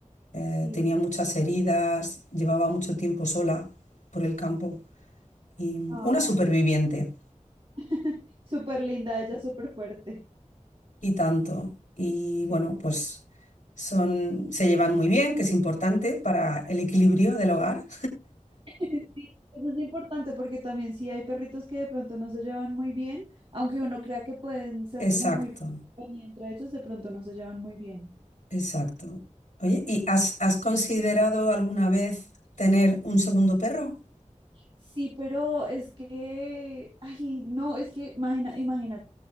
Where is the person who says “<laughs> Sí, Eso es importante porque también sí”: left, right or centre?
Right